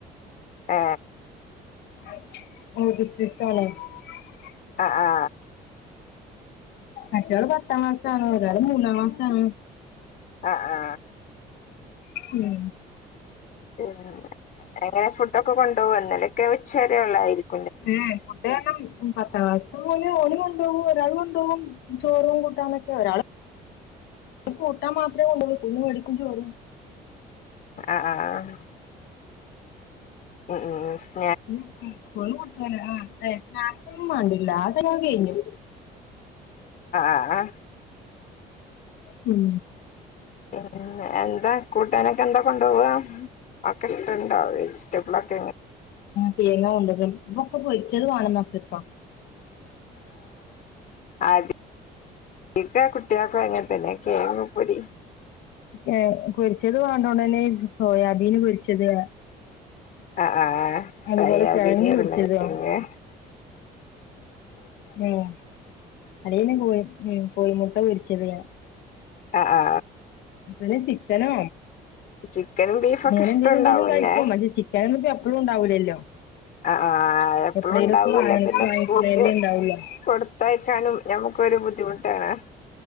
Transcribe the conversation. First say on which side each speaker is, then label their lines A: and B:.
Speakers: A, on the left; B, on the left.
A: ഏ
B: <unintelligible>
A: ആ ആ
B: മറ്റാള് പത്താം ക്ലാസ്സ് ആണ് ഒരാള് മൂന്നാം ക്ലാസ്സ് ആണ്
A: ആ ആ
B: മ്
A: പിന്നെ എങ്ങനെ ഫുഡൊക്കെ കൊണ്ടുപോവല്ലെ അല്ലെങ്കിൽ ഉച്ചവരെ ഉള്ളായിരിക്കും
B: ആ ഫുഡ് പത്താം ക്ലാസ്തെ മോന് ഓന് കൊണ്ടോകും ഒരാള് കൊണ്ടോകും ചോറും കൂട്ടാന്നൊക്കെ ഒരാള് കൂട്ടാൻ മാത്രേ കൊണ്ടുപോവൂ സ്കൂളീന്ന് മേടിക്കും ചോറ്
A: ആ ആ മ് മ്
B: <unintelligible> ആ അതെ <unintelligible> ആ ടൈം കഴിഞ്ഞു
A: ആഹ് ആഹ്
B: മ്
A: പിന്നെ എന്താ കൂട്ടാനൊക്കെ എന്താ കൊണ്ടോവാ ഇഷ്ടണ്ടോ വെജിറ്റബിളൊക്കെ
B: തേങ്ങ കൊണ്ടതു ഒക്കെ പൊരിച്ചത് വാണം മക്കക്
A: ആടീത <unintelligible> കുട്ടിൾക്കും അങ്ങനെ തന്നെ കേങ്ങ്പ്പൊരി
B: ആ പൊരിച്ചത് <unintelligible> സോയാബീൻ പൊരിച്ചത്
A: ആ ആഹ്
B: അതുപോലെ
A: സോയാബീനാണ്
B: കിഴങ്ങ് പൊരിച്ചതോ
A: ല്ലെ പിന്നെ
B: മ് <unintelligible> കോഴി മ് കോഴിമുട്ട പൊരിച്ചത്
A: ആ ആ
B: പിന്നെ ചിക്കനോ
A: ചിക്കനും ബീഫൊക്കെ
B: അങ്ങനെ
A: ഇഷ്ടണ്ടാവുംല്ലേ
B: എന്തേലും ഉണ്ടെങ്കിലും കഴിക്കും പക്ഷേ ചിക്കനൊന്നും എപ്പ എപ്പളും ഉണ്ടാവൂലല്ലോ
A: ആ ആ എപ്പളും
B: എപ്പളേലൊക്കെ
A: ഉണ്ടാവൂല
B: വാങ്ങി
A: പിന്നെ
B: വാങ്ങിക്കണേല്ലേ
A: സ്കൂൾക്ക്
B: ഉണ്ടാവുള്ളൂ
A: കൊടുത്തയക്കാനും ഞമ്മുക്കൊരു ബുദ്ധിമുട്ടാണ്